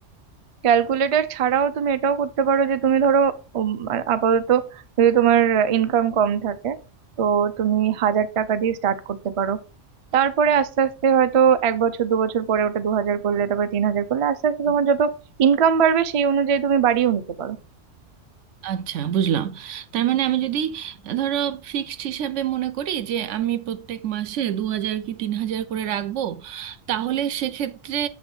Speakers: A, on the right (about 40°); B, on the right (about 75°).
A: ক্যালকুলেটর ছাড়াও তুমি এটাও করতে পারো যে তুমি ধরো উম, আ- আপাতত যদি তোমার ইনকাম কম থাকে তো তুমি হাজার টাকা দিয়ে স্টার্ট করতে পারো তারপরে আস্তে আস্তে হয়তো এক বছর দু বছর পরে ওটা দু হাজার করলে তারপরে তিন হাজার করলে আস্তে আস্তে তোমার যত ইনকাম বাড়বে সেই অনুযায়ী তুমি বাড়িয়েও নিতে পারো
B: আচ্ছা বুঝলাম তার মানে আমি যদি ধরো ফিক্সড হিসাবে মনে করি যে আমি প্রত্যেক মাসে দু হাজার কি তিন হাজার করে রাখবো তাহলে সেক্ষেত্রে